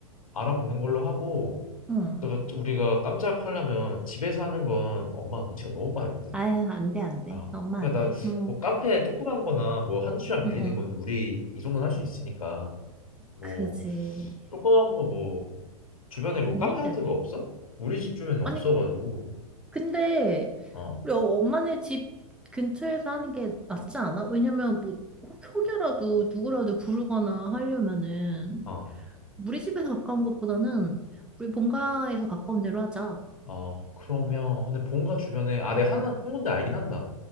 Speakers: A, on the left; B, in the centre.
A: 알아보는 걸로 하고
B: 응.
A: 내가 우리가 깜짝 하려면 집에서 하는 건 엄마 눈치가 너무 빠르거든.
B: 아유, 안 돼, 안 돼.
A: 아,
B: 엄마
A: 그러니까
B: 안 돼.
A: 나
B: 응.
A: 뭐 카페 조그만 거나 뭐 한두 시간 빌리는
B: 응, 응.
A: 건 우리 이 정도는 할 수 있으니까 뭐
B: 그지.
A: 조그만 거 뭐 주변에 뭐
B: 고민되네.
A: 카페 같은 거 없어? 우리 집 주변에 없어가지고
B: 아니, 근데
A: 어,
B: 우리 어- 엄마네 집 근처에서 하는 게 낫지 않아? 왜냐면 뭐 혹- 혹여라도 누구라도 부르거나 하려면은
A: 아,
B: 우리 집에서 가까운 것보다는 우리 본가에서 가까운 데로 하자.
A: 어 그러면 근데 본가 주변에 아 내가 하나 한 군데 알긴 한다.